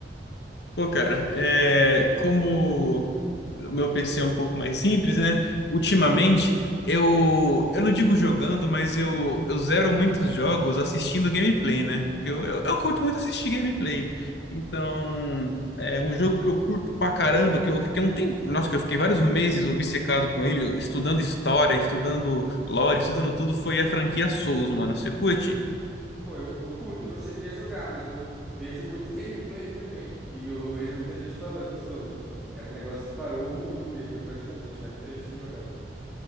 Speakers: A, on the left (about 65°); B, in the centre.
A: Pô, cara, é, como o meu PC é um pouco mais simples, né? Ultimamente, eu, eu não digo jogando, mas eu, eu zero muitos jogos assistindo gameplay, né? Porque eu, eu, eu curto muito assistir gameplay. Então, é um jogo que eu curto pra caramba, que eu fiquei um tempo, nossa, que eu fiquei vários meses obcecado com ele, estudando história, estudando lore, estudando tudo, foi a franquia Souls, mano. Você curte?
B: Pô, eu, eu curto, não cheguei a jogar, mas eu vejo muito <laughs> gameplay também. E eu, eu vejo muita gente falando sobre. É um negócio que parou o mundo gamer praticamente, né? Muita gente tem jogado.